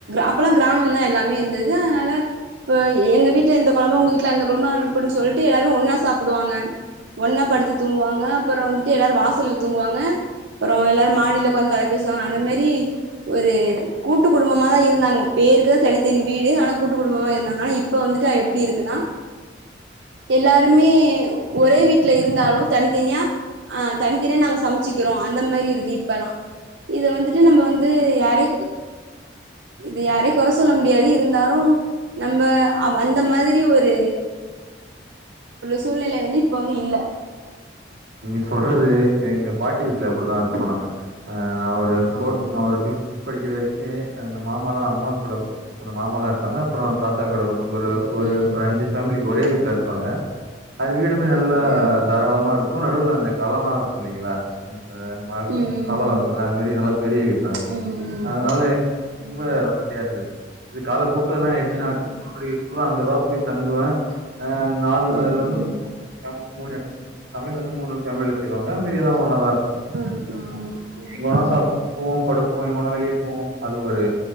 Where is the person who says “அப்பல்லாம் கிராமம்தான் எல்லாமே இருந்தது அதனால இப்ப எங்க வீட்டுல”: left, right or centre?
Right